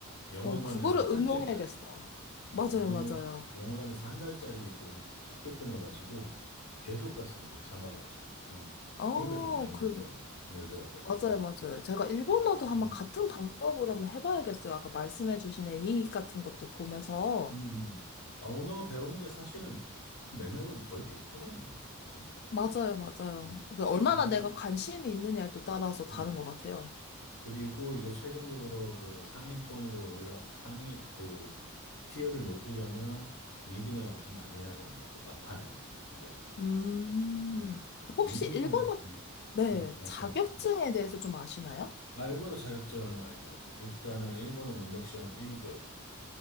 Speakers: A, on the left (about 65°); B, on the left (about 50°).
A: 영화관에서
B: 어, 그거를 응용해야겠어요.
A: 한 달짜리, 음,
B: 맞아요,
A: 영어,
B: 맞아요.
A: 영화관에서 한 달짜리 그 티켓 끊어가지고 계속 봤습니다. 자막 없이. 어.
B: 어,
A: 그러니까 좀 많이
B: 그,
A: 늘더라고요. 늘더라고요.
B: 맞아요,
A: 예.
B: 맞아요. 제가 일본어도
A: 음,
B: 한번 같은 방법으로 한번 해봐야겠어요. 아까 말씀해주신 애니 같은 것도 보면서.
A: 음. 음. 아, 언어 배우는 게 사실은 그 맥락은 거의 비슷하거든요. 네.
B: 맞아요, 맞아요.
A: 네.
B: 그 얼마나
A: 그리,
B: 내가 관심이 있느냐에 또 따라서
A: 네.
B: 다른 것 같아요.
A: 그리고 이제 최종적으로 그 상위권으로 올라, 상위, 그, 티어를 높이려면 리딩을 엄청 많이 해야 되는 거고, 막판에는, 이제.
B: 음,
A: 예.
B: 혹시
A: 리딩만,
B: 일본어,
A: 아니,
B: 네,
A: 음, 말씀하세요.
B: 자격증에
A: 예.
B: 대해서 좀 아시나요?
A: 아, 일본어 자격증 알죠? 일단은 일본어 능력시험 1급,